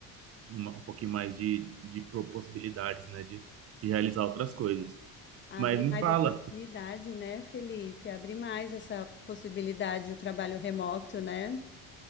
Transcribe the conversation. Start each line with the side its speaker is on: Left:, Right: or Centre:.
Right: uma- um pouquinho mais de, de pro- possibilidades, né, de, de realizar outras coisas.
Left: Abre
Right: Mas me
Left: mais
Right: fala
Left: oportunidade, né, Felipe? Abre mais essa possibilidade, o trabalho remoto, né?